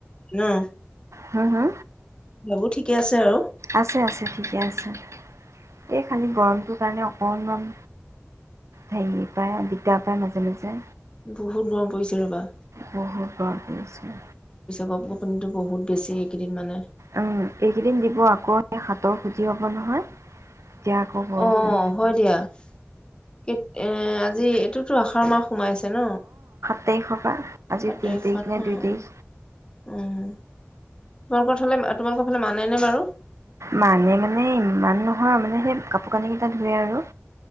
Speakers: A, on the left; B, on the right.
A: ন'
B: হু, হু?
A: বাবু ঠিক- কি আছে আৰু?
B: আছে, আছে, ঠিকে আছে। এই খালি গৰমটোৰ কাৰণে অকণ অকণমান হেৰি পায় দিগদাৰ। পাই মাজে, মাজে।
A: বহুত গৰম পৰিছে। ৰ'বা।
B: বহুত গৰম পৰিছে।
A: গপ গপনি টো বহুত বেছি। এইকেইদিন মানে,
B: উম, এইকেইদিন দিব আকৌ সাঠ- খুজি হ'ব নহয়। তেতিয়া আকৌ বৰষুণ।
A: অ' হয় দিয়া। কে এ আজি এইটোট টো আসাৰ মাহ। সোমাইছে ন।
B: এক তাৰিখৰ পৰা। আজি
A: সাত
B: তিনি
A: তাৰিখৰ
B: তাৰিখ
A: পৰা নহয়
B: নে দুই তাৰিখ।
A: উম, তোমালোকত হ'লে তোমালোকৰ ফালে মানে নে বাৰু?
B: মানে মানে ইমান নহয়, মানে সেই কাপোৰ কানি কেইটা ধোৱে আৰু।